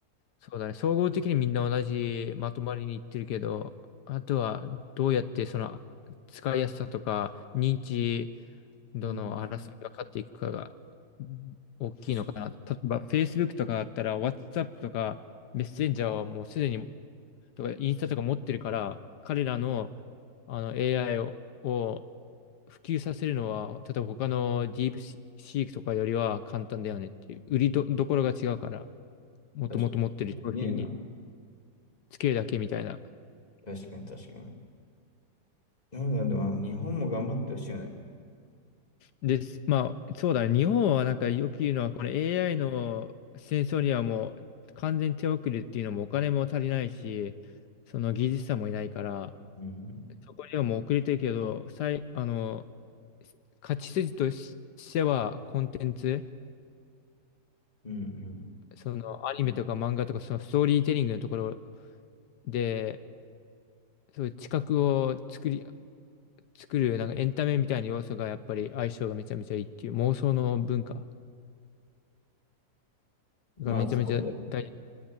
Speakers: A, on the left; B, on the left.
A: そうだね、総合的にみんな同じまとまりにいってるけど、あとはどうやってその使いやすさとか認知どの争いが勝っていくかがうん大きいのかな。
B: うん確
A: 例えば、Facebook とかだったら、WhatsApp とか、メッセンジャーはもうすでに、とか、インスタとか持ってるから、彼らの、あの AI を、を普及させるのは、例えば他のディープシークとかよりは簡単だよねっていう、売りど、どころが違うから、もともと持ってる商品に
B: かに。確かに。ねえな。
A: つけるだけみたいな
B: 確かに確かに。なので、まあ、日本も頑張ってほしいよね。
A: です。まあ、そうだね。日本はなんかよく言うのは、この AI の戦争にはもう完全手遅れっていうのもお金も足りないし、その技術者もいないから、
B: うん。
A: そこにはもう遅れてるけど、最、あの、勝ち筋としてはコンテンツ、
B: うん、うん。
A: そのアニメとか漫画とかそのストーリーテリングのところで、そういう知覚を作り、作るなんかエンタメみたいな要素がやっぱり相性がめちゃめちゃいいっていう妄想の文化がめちゃめちゃ大事。
B: まあ、そうだよね。